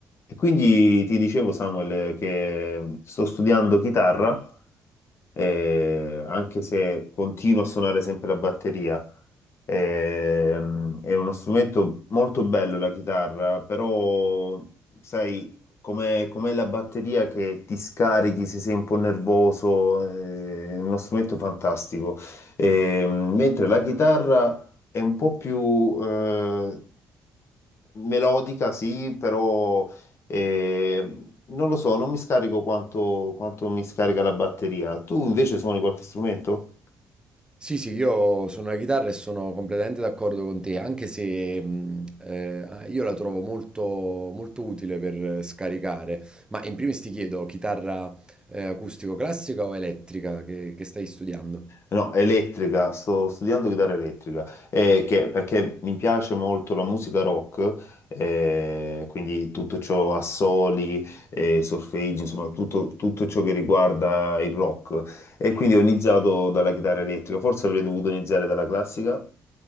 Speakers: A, on the left (about 55°); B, on the right (about 15°).
A: E quindi ti dicevo, Samuel, che sto studiando chitarra, eh, anche se continuo a suonare sempre la batteria. Ehm, è uno strumento molto bello la chitarra, però sai, com'è, com'è la batteria che ti scarichi se sei un po' nervoso, eh, è uno strumento fantastico. Ehm, mentre la chitarra è un po' più, eh, melodica, sì, però e non lo so, non mi scarico quanto, quanto mi scarica la batteria. Tu invece suoni qualche strumento?
B: Sì, sì, io suono la chitarra e sono completamente d'accordo con te, anche se mh, eh, ah, io la trovo molto, molto utile per eh, scaricare. Ma in primis ti chiedo, chitarra eh, acustico-classica o elettrica che, che stai studiando?
A: No, elettrica, sto studiando chitarra elettrica, eh, che- perché mi piace molto la musica rock, eh, quindi tutto ciò assoli, eh, solfeggi, insomma tutto, tutto ciò che riguarda il rock. E quindi ho iniziato dalla chitarra elettrica, forse avrei dovuto iniziare dalla classica.